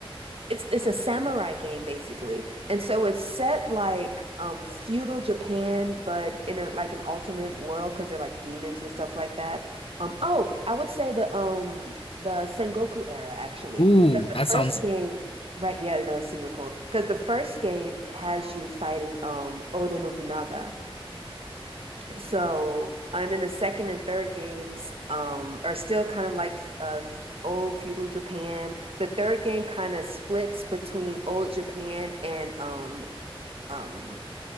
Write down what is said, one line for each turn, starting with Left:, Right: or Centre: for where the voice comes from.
Right: It's it's a samurai game basically. And so it's set like um feudal Japan but in a like an alternate world because they're like demons and stuff like that. Um oh, I would say the um the Sengoku era actually
Left: Ooh,
Right: because the
Left: that
Right: first
Left: sounds.
Right: game right yeah no it's super cool because the first game has you fighting um Oda Nobunaga. So, and then the second and third games um, are still kind of like uh, old feudal Japan. The third game kind of splits between old Japan and um, um,